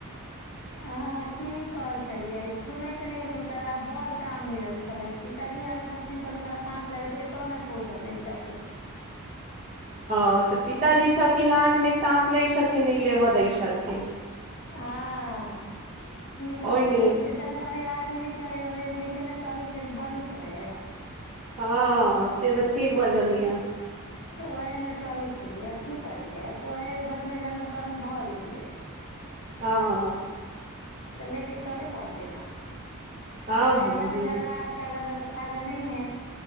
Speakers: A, on the left; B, on the right.
A: हँ की कहय छलियै सुनै छलियै कि हुनकर बड काम मिलल छलै। पिताजी एल छथिन तऽ हुनकर साँस लेबेके एतो ने फूर्सत दैय छथिन।
B: हॅं तऽ पिताजी छथिन आहाँके नै साँस लै छथिन नहि लेबऽ दै छथिन।
A: हँऽ की कहय
B: ओहिमे
A: या जे सब- परिवार मिली छलै ओह ले के ने चलै छल बने छलै।
B: हँ से तऽ ठीक बजलियै आहाँ।
A: तऽ ओएहे मे चलै छलियै आब की करियै तऽ ओएहे घर मे जनम कर्म भऽ गेलै।
B: हॅं।
A: तऽ ले के चलेै पड़तेै न
B: हँ
A: कुछ कैहले
B: हँ
A: तऽ
B: बिल्कुल
A: झगड़ा आर- केल जा तऽ फायदा नै है